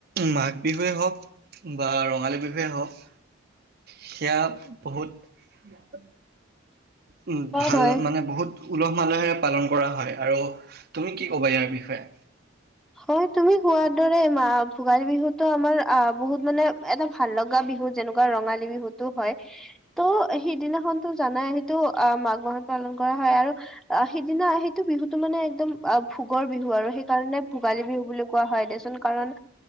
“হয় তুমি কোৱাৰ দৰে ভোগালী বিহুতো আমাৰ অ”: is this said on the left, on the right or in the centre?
Centre